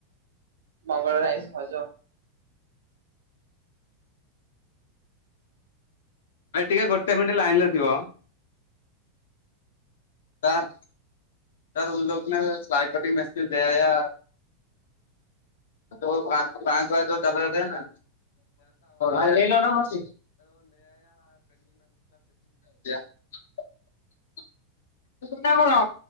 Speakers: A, on the right; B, on the left.
A: ମଙ୍ଗଳବାରେ ଆଇଁଷ ଖାଉଛ?
B: ଆ ଟିକେ ଗୋଟେ ମିନିଟ୍ ଲାଇନ୍ ରେ ଥିବ। ତାର। ସାର୍ ଉନ୍ଲକ୍ନୋରେ ସାଲଇଟ୍ କଟିଂ ମେସିନ୍ ଦିଆୟା ଯୋଉ ପାଁ ପାଁହାଚ ‌ପାଖରେ ଯୋଉ କ୍ୟାମେରାଟାଏ ଆଣି ନାହାନ୍ତି <unintelligible> ସୁନା କଣ